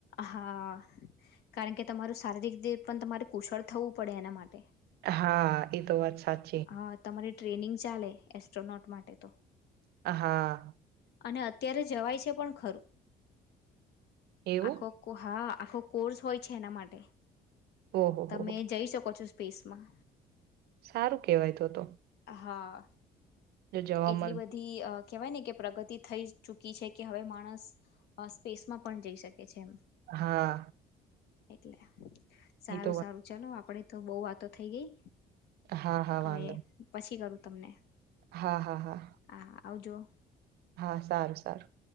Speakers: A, on the left; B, on the right.
A: હા, કારણ કે તમારું શારીરીક દે પણ તમારે કુશળ થવું પડે એના માટે.
B: હા, એ તો વાત સાચી.
A: હા તમારી ટ્રેનિંગ ચાલે એસ્ટ્રોનોટ માટે તો.
B: હા
A: અને અત્યારે જવાય છે પણ ખરું.
B: એવું
A: આખો કો હા આખો કોર્સ હોય છે એના માટે.
B: ઓહો
A: તમે
B: હો
A: જઈ શકો છો સ્પેસમાં.
B: સારું કેવાય તો તો.
A: હા,
B: જો જવા
A: એટલી
B: મળ
A: બધી અ કેવાય ને કે પ્રગતિ થઈ ચૂકી છે કે હવે માણસ અ સ્પેસમાં પણ જઈ શકે છે એમ.
B: હા.
A: એટલે. સારું,
B: એ તો વાત
A: સારું, ચલો આપડે તો બઉ વાતો થઈ ગઈ
B: હા હા
A: હવે
B: વાંધો
A: પછી કરું તમને.
B: હા હા હા
A: હા આવજો.
B: હા, સારું સારું.